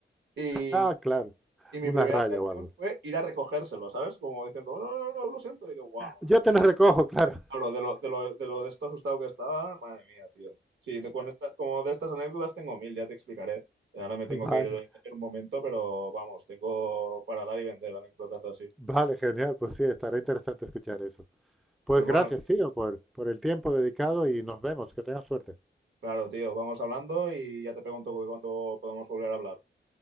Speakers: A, on the right; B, in the centre.
A: Y,
B: Ah, claro.
A: y- y mi
B: Una
A: primera
B: raya
A: reacción
B: o algo.
A: fue ir a recogérselo, ¿sabes? Como diciendo, no, no, no, no, lo siento. Y digo, guau.
B: Yo te lo recojo, claro.
A: Claro, de lo, de lo, de lo de esto asustado que estaba, madre mía, tío. Sí, de, con esta- como de estas anécdotas tengo mil, ya te explicaré. Ahora me tengo
B: <laughs> Vale,
A: que ir en un momento, pero vamos, tengo para dar y vender anécdotas así.
B: vale, genial. Pues sí, estará interesante escuchar eso. Pues
A: Pues bueno,
B: gracias,
A: tío.
B: tío, por, por el tiempo dedicado y nos vemos. Que tengas suerte.
A: Claro, tío, vamos hablando y ya te pregunto cuándo podamos volver a hablar.